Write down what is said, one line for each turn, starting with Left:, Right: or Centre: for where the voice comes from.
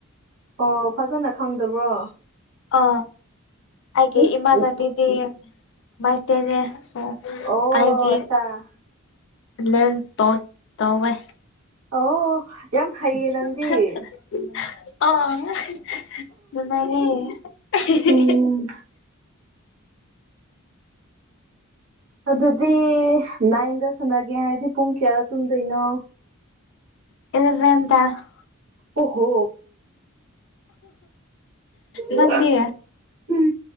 Right: ꯑꯣ ꯐꯖꯅ ꯈꯪꯗꯕ꯭ꯔꯣ
Left: ꯑ ꯑꯩꯒꯤ
Right: ꯏꯁ
Left: ꯏꯃꯥꯟꯅꯕꯤꯗꯤꯃꯥꯏꯇꯦꯅꯦ ꯑꯣ
Right: ꯑꯣ
Left: ꯑꯩꯗꯤ
Right: ꯑꯠꯆꯥ
Left: ꯎ ꯂꯔꯟ ꯇꯧꯋꯦ
Right: ꯑꯣ ꯌꯥꯝ ꯍꯩꯌꯦ
Left: ꯑꯥ
Right: ꯅꯪꯗꯤ
Left: <unintelligible>
Right: ꯎꯝ ꯑꯗꯨꯗꯤ ꯅꯥꯏꯟꯗ ꯁꯥꯟꯅꯒꯦ ꯍꯥꯏꯔꯗꯤ ꯄꯨꯡ ꯀꯌꯥꯗ ꯇꯨꯝꯗꯣꯏꯅꯣ
Left: <unintelligible>
Right: ꯑꯣ ꯍꯣ ꯎꯝ
Left: ꯅꯪꯗꯤ